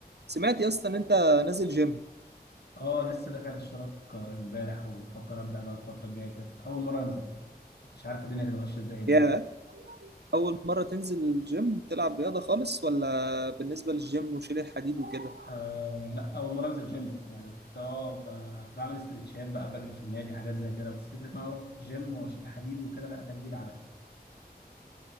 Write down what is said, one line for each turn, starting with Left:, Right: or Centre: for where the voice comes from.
Right: سمعت يا اسطى ان انت نازل جيم
Left: اه لسه دافع الاشتراك آه، امبارح وبفكر ابدا بقى الفتره الجايه كده اول مره انزل مش عارف الدنيا هتبقى ماشيه ازاي هناك
Right: يا اول مره تنزل الجيم تلعب رياضه خالص ولا بالنسبه للجيم وشيل الحديد وكده
Left: آه لا اول مره انزل جيم يعني كنت اه ب- بعمل استرتشات بقى بجري في النادي حاجات زي كده بس فكره ان انا اروح جيم واشيل حديد وكده لا ده جديد عليا